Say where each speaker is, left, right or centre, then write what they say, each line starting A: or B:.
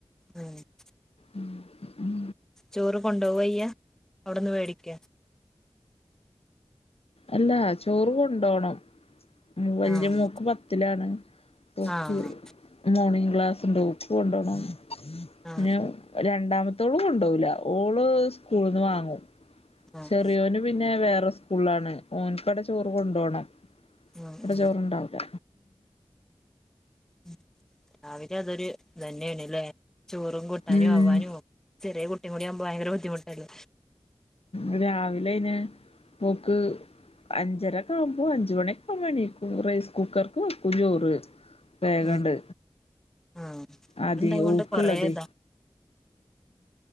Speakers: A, in the centre; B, on the left.
A: ഉം <inaudible>
B: ഉ ഉം
A: ചോറ് കൊണ്ടോവാ അയ്യ അവിടന്ന് വേടിക്ക
B: അല്ല ചോറ് കൊണ്ടപോണം വലിയ
A: ആഹ്
B: മോക്ക് പത്തിലാണ് ഓക്ക്
A: ആഹ്
B: മോർണിംഗ ക്ലാസ്സ്‌ ഉണ്ട്‌ ഓക്ക് കൊണ്ടോണം
A: ആഹ്
B: പിന്ന രണ്ടാമത്തോളും കൊണ്ടുപോവില്ല ഓള് സ്കൂള്ന്ന് വാങ്ങും
A: ആഹ്
B: ചെറിയോന് പിന്നെ വേറെ സ്കൂളാണ് ഓന കടെ ചോറ് കൊണ്ട പോണം
A: ഉം
B: ഇവിടെ
A: ഉം
B: ചോറണ്ടാവല
A: ഉ രാവിലെ അതൊരു തന്നെയണല്ലേ ചോറും കൂട്ടാനും
B: ഉം
A: ആവാനും ചെറിയ കുട്ടി കൂടി ആകുമ്പോ ഭയങ്കര ബുദ്ധിമുട്ടല്ല
B: ഉ രാവിലെ അന് പോക്ക് അഞ്ചര കാവുമ്പോ അഞ്ചുമണി ആവുമ്പോൾ എണീക്കും റൈസ് കുക്കർക്ക് വക്കും ചോറ് വേഗണ്ട്
A: ഉം ആഹ്
B: ആത
A: അത്ണ്ടാവോണ്ട്
B: ഓക്ക്ള്ളതെ
A: കൊറേ ഇതാ